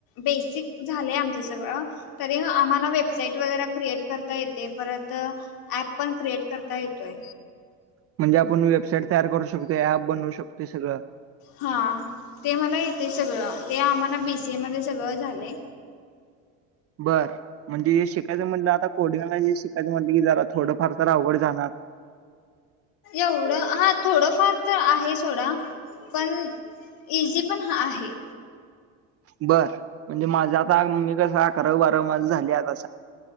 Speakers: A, on the left (about 60°); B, on the right (about 35°).
A: बेसिक झालंय आमचं सगळं तरी आम्हाला वेबसाईट वगैरे क्रिएट करता येते परत. ऍप पण क्रिएट करता येतोय.
B: म्हणजे आपण वेबसाईट तयार करू शकतो ऍप बनवू शकत सगळं.
A: हा ते मला येते सगळं ते आम्हाला बीसीए मध्ये सगळं झालं.
B: बरं म्हणजे शिकायचं म्हटलं आता कोडिंगला ज शिकायचं म्हटलं की जरा थोडंफार तर आवड जाणार.
A: एवढं हा थोडं फार तर आहे सोडा. पण इझी पण हा आहे.
B: बर म्हणजे माझं आता मी कस अकरा बारावी मा झाले आता.